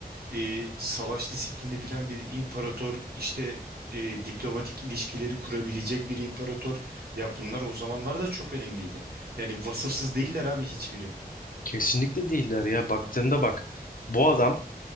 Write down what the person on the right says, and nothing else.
e, savaş disiplini bilen bir imparator, işte e, diplomatik ilişkileri kurabilecek bir imparator. Ya bunlar o zamanlar da çok önemliydi. Yani vasıfsız değiller abi hiçbiri.